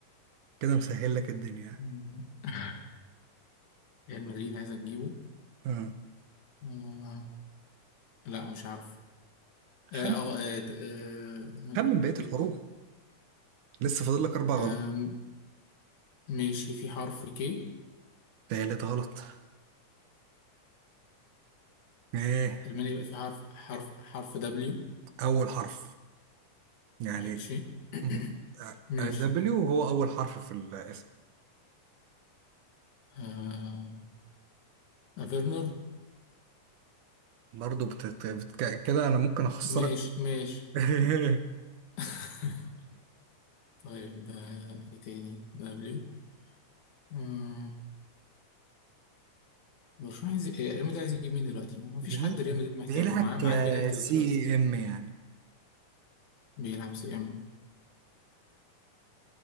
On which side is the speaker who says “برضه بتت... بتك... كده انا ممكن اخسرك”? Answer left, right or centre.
Right